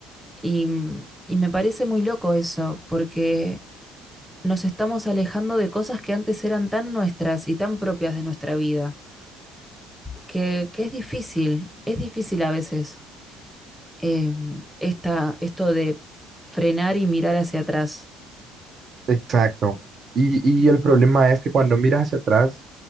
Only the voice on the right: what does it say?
Exacto. Y, y el problema es que cuando miras hacia atrás,